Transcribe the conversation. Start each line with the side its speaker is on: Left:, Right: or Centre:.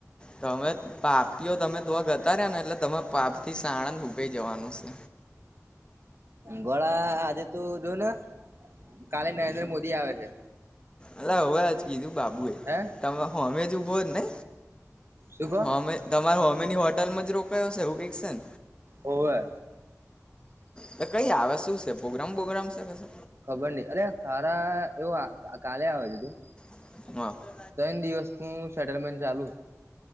Left: તમેત પાપીઓ તમે તો ગતાર્યા ને એટલે તમે પાપ થી સાણંદ હુકાઈ જવાનું સે
Right: ગોળા આદિત. તો જો ને કાલે નરેન્દ્ર મોદી આવે છે.
Left: અલા હવેજ કીધું બાબુ એ
Right: હે
Left: તમે હોમે જ ઉભો નઇ.
Right: શું કો
Left: હમે તમાર હોમેની હોટલમાં જ રોકાયા હસે એવું કંઇક છે ન.
Right: ઓવે.
Left: તો કઈ આવે શું સે પોગ્રામ બોગ્રામ છે કે સુ.
Right: ખબર નઈ અરે ખારા એવો આ કા કાલે આવે છે તું.
Left: <unintelligible>
Right: તન દિવસનું સેટલમેન્ટ ચાલુ.